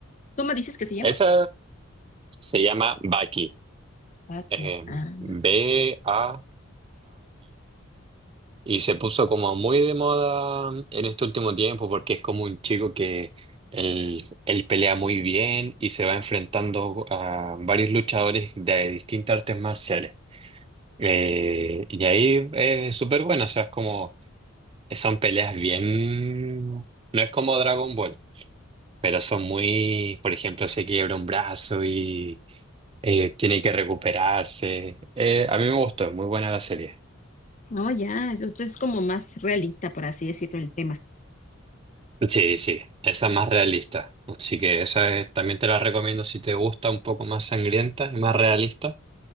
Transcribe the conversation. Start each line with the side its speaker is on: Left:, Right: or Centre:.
Left: ¿Cómo dices que se llama?
Right: Esa se llama Baki.
Left: Aquí.
Right: eh,
Left: Ah,
Right: B-A-K-I. Y se puso como muy de moda en este último tiempo porque es como un chico que él, él pelea muy bien y se va enfrentando a varios luchadores de distintas artes marciales. Eh, y ahí es súper bueno, o sea, es como, son peleas bien, no es como Dragon Ball, pero son muy, por ejemplo, se quiebra un brazo y eh, tiene que recuperarse. Eh, a mí me gustó, es muy buena la serie.
Left: no, ya. Esto es como más realista, por así decirlo, el tema.
Right: Sí, sí, esa es más realista. Así que esa es- también te la recomiendo si te gusta un poco más sangrienta y más realista.